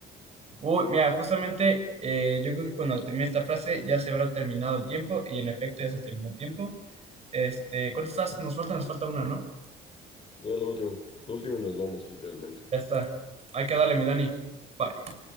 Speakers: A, on the right; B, on the left.
A: Uy, mira, justamente eh, yo creo que cuando termine esta frase ya se habrá terminado el tiempo y en efecto ya se terminó el tiempo. Este, ¿cuántas estás? Nos falta, nos falta una, ¿no?
B: Ya la última la última y nos vamos, literalmente.
A: Ya está. Hay que darle, mi Dani. Bye.